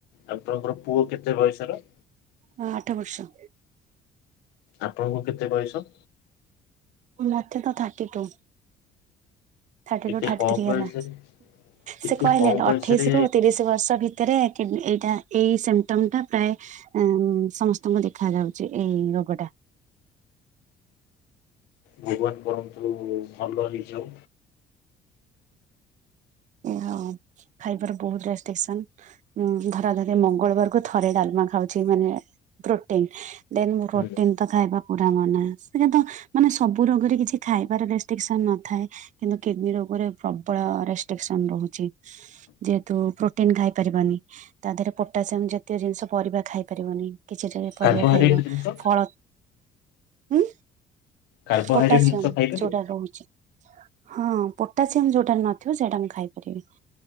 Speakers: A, on the left (about 85°); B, on the right (about 45°).
A: ଆପଣଙ୍କର ପୁଅ କେତେ ବୟସର?
B: ହଁ ଆଠ ବର୍ଷ।
A: ଆପଣଙ୍କୁ କେତେ ବୟସ?
B: ମତେ ତ ଥାର୍ଟି ଟୁ। ଥାର୍ଟି ଟୁ
A: ଏତେ
B: ଥାର୍ଟି
A: କମ
B: ଥ୍ରୀ ହେଲା।
A: ବୟସରେ
B: ସେ
A: ଏତେ
B: କହିଲେନା
A: କମ ବୟସରେ
B: ଅଠେଇଶି ରୁ ତିରିଶ ବର୍ଷ ଭି ଭିତରେ କି ଏଇଟା ଏଇ ସିମ୍ଟମ୍ ପ୍ରାୟ ଉଁ ସମସ୍ତଙ୍କୁ ଦେଖା ଯାଉଛି ଏଇ ରୋଗ ଟା।
A: ଭଗବାନ କରନ୍ତୁ ଭଲ ହେଇଯାଉ।
B: ହଁ ଖାଇବାର ବହୁତ ରେଷ୍ଟ୍ରିକସନ। ଉଁ ଧରା ଧରି ମଙ୍ଗଳବାର କୁ ଥରେ ଡାଲମା ଖାଉଛି ମାନେ ପ୍ରୋଟିନ୍। ଦେନ୍ ରୋଟିନ୍।
A: ହୁଁ
B: ଭାତ ଖାଇବା ପୁରା ମନା ସେ କିନ୍ତୁ ମାନେ ସବୁ ରୋଗରେ କିଛି ଖାଇବାର ରେଷ୍ଟ୍ରିକସନ ନ ଥାଏ। କିନ୍ତୁ କିଡନୀ ରୋଗରେ ପ୍ରବଳ ରେଷ୍ଟ୍ରିକସନ ରହୁଛି। ଯେହେତୁ ପ୍ରୋଟିନ ଖାଇ ପାରିବନି। ତା ଦେହରେ ପୋଟାସିୟମ ଜାତୀୟ ଜିନିଷ ପରିବା ଖାଇ ପାରିବନି। କିଛି ଦିନି ପରିବା
A: କାର୍ବୋହାଇଡ୍ରେଟ
B: ଖାଇବ
A: ଜିନିଷ
B: ଫଳ ଉଁ
A: କାର୍ବୋହାଇଡ୍ରେଟ
B: ପୋଟାସିୟମ
A: ଜିନିଷ ଖାଇପାରିବ
B: ଯଉଟାରେ ରହୁଛି। ହଁ ପୋଟାସିୟମ ଯୋଉଟାରେ ନଥିବ, ସେଇଟା ମୁଁ ଖାଇପାରିବି।